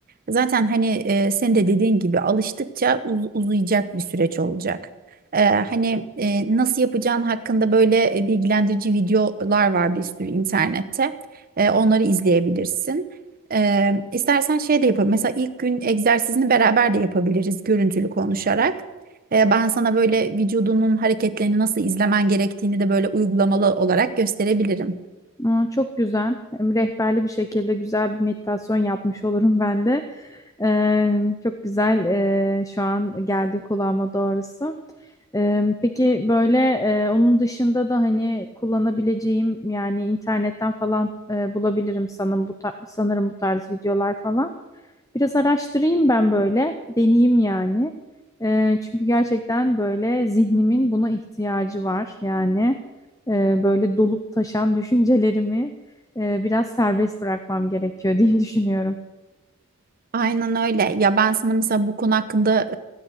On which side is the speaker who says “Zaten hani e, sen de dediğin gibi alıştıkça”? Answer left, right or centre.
Right